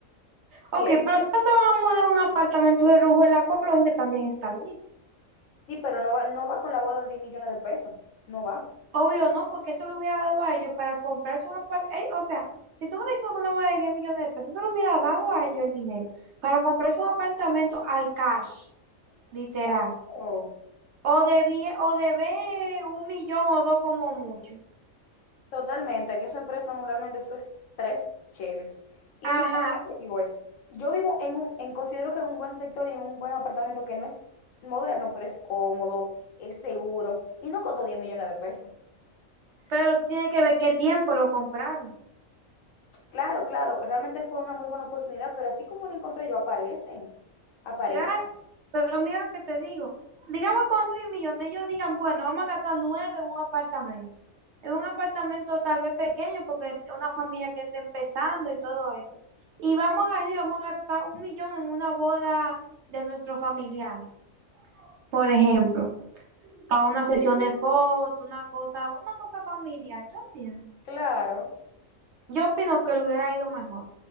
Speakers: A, on the left (about 70°); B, on the right (about 65°).
A: Bien,
B: Ok, pero si no se van a mudar a un apartamento de lujo en la Colón, también está bien.
A: Sí, pero no va, no va con la boda de 10 millones de pesos. No va.
B: Obvio, ¿no? Porque eso lo hubiera dado a ellos para comprarse un apartamento. O sea, si tú me estás diciendo que una boda de 10 millones de pesos, eso lo hubiera dado a ellos el dinero para comprarse un apartamento al cash, literal.
A: claro.
B: O debí, o debé un millón o dos como mucho.
A: Totalmente, que eso en préstamo realmente eso es tres cheles. Y
B: Ajá,
A: mira, yo te digo es, yo vivo en un, en, considero que en un buen sector y en un buen apartamento que no es moderno, pero es cómodo, es seguro y no costó diez millones de pesos.
B: pero tú tienes que ver qué tiempo lo compraron.
A: Claro, claro, realmente fue una muy buena oportunidad, pero así como lo encontré yo, aparecen, aparecen,
B: Claro, pero mira lo que te digo. Digamos que con esos 10 millones ellos digan, bueno, vamos a gastar nueve en un apartamento. En un apartamento tal vez pequeño porque es una familia que está empezando y todo eso. Y vamos a gastar, vamos a gastar un millón en una boda de nuestros familiares, por ejemplo, para una sesión de fotos, una cosa, una cosa familiar, ¿tú entiendes?
A: claro.
B: Yo opino que le hubiera ido mejor.